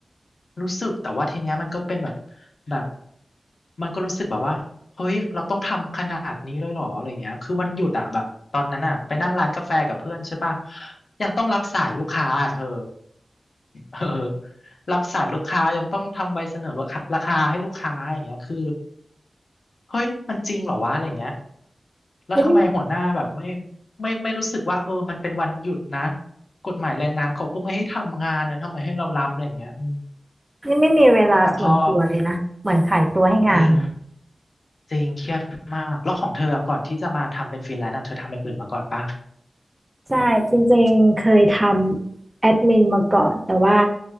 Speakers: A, on the left; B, on the right.
A: รู้สึกแต่ว่าทีเนี้ยมันก็เป็นแบบแบบมันก็รู้สึกแบบว่าเฮ้ยเราต้องทำขนาดนี้เลยเหรออะไรเงี้ยคือวันหยุดอ่ะแบบตอนนั้นอ่ะไปนั่งร้านกาแฟกับเพื่อนใช่ป่ะยังต้องรับสายลูกค้าอะเธอเออรับสายลูกค้ายังต้องทำใบเสนอราคาราคาให้ลูกค้าอย่างเงี้ยคือเฮ้ยมันจริงเหรอวะอะไรเงี้ยแล้วทำไมหัวหน้าแบบไม่
B: เฮ้ยนี่
A: ไม่ไม่รู้สึกว่าเออมันเป็นวันหยุดนะกฎหมายแรงงานเขาก็ไม่ให้ทำงานนะทำไมให้เรารับอะไรเงี้ยอืม
B: นี่ไม่มีเวลาส่วนตัวเลยนะเหมือนขายตัวให้งาน
A: แต่พอจริงจริงเครียดมากแล้วของเธออะก่อนที่จะมาทำเป็นฟรีแลนซ์อะเธอทำอย่างอื่นมาก่อนปะ
B: ใช่จริงๆเคยทำแอดมินมาก่อนแต่ว่า